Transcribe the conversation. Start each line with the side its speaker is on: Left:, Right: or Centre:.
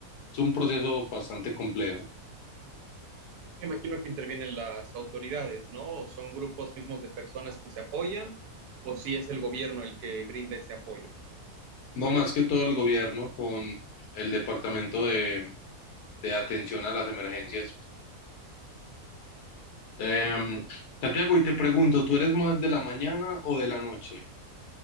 Left: Es un proceso bastante complejo.
Right: Me imagino que intervienen las autoridades, ¿no? ¿O son grupos mismos de personas que se apoyan, o si es el gobierno el que brinda ese apoyo.
Left: No más que todo el gobierno con el Departamento de, de Atención a las Emergencias. Em,
Right: Porque,
Left: Santiago, y te pregunto, ¿tú eres más de la mañana o de la noche?